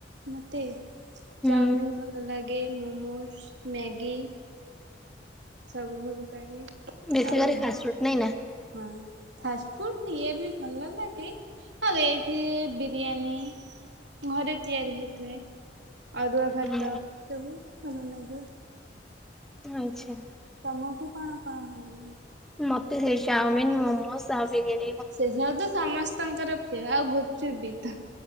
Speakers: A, on the right; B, in the centre.
A: ମତେ
B: ହୁଁ
A: ଚାଓମିନ୍ ଭଲ ଲା ଗେ ମୋମୋସ୍ ମ୍ୟାଗି ସବୁ ଭଲ ଲାଗେ।
B: ବେଶୀ
A: ଆଉ
B: କରୀ ଫାଷ୍ଟ ଫୁଡ୍ ନାଇଁ ନା।
A: ହଁ ଫାଷ୍ଟଫୁଡ ଇଏ ବି ଭଲ ଲାଗେ। ଆଉ <unintelligible> ବିରିୟାନୀ ଘରେ ତିଆରି ହେଇଥିଲେ। ଅରୁଆ ଭାତ
B: ହୁଁ
A: ସବୁ ଭନ ଲାଗେ।
B: ଆଚ୍ଛା।
A: ତମକୁ କଣ କଣ ଭଲ ଲାଗେ।
B: ମତେ ସେଇ ଚାଓମିନ୍ ମୋମୋସ୍ <unintelligible>
A: ସେ ସବୁ ତ ସମସ୍ତଙ୍କର ପ୍ରିୟ ଆଉ ଗୁପଚୁପ ବି ତ।